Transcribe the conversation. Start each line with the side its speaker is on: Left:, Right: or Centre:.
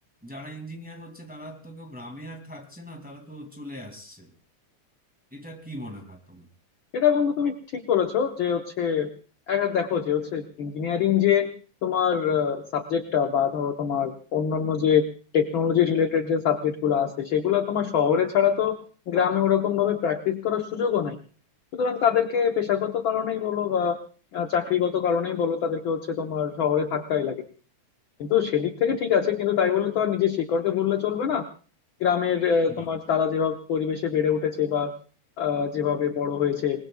Centre: যারা ইঞ্জিনিয়ার হচ্ছে তারা তো কেউ গ্রামে আর থাকছে না তারা তো চলে আসছে এটা কি মনে হয় তোমার
Left: এটা বন্ধু তুমি ঠিক বলেছো যে হচ্ছে একবার দেখো যে হচ্ছে ইঞ্জিনিয়ারিং যে তোমার সাবজেক্টটা বা ধরো তোমার অন্যান্য যে টেকনোলজি রিলেটেড যে সাবজেক্ট গুলো আছে সেগুলো তোমার শহরে ছাড়া তো গ্রামে ওরকম ভাবে প্র্যাকটিস করার সুযোগও নাই সুতরাং তাদেরকে পেশাগত কারণেই বলো বা আহ, চাকরিগত কারণেই বলো তাদেরকে হচ্ছে তোমার শহরে থাকতেই লাগে কিন্তু সেদিক থেকে ঠিক আছে কিন্তু তাই বলে তো আর নিজের শিকড়কে ভুললে চলবে না গ্রামের আহ,
Centre: না
Left: তোমার তারা যেভাবে পরিবেশে বেড়ে উঠেছে বা আহ, যেভাবে বড় হয়েছে